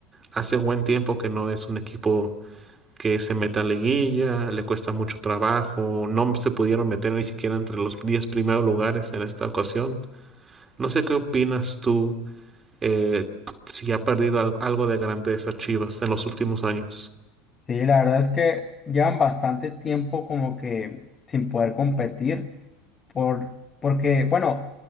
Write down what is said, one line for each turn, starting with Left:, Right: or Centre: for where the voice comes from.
Right: hace buen tiempo que no es un equipo que se meta a liguilla, le cuesta mucho trabajo, no se pudieron meter ni siquiera entre los 10 primeros lugares en esta ocasión. No sé qué opinas tú eh, si ha perdido al- algo de grandeza Chivas en los últimos años.
Left: Sí, la verdad es que llevan bastante tiempo como que sin poder competir Por, porque, bueno,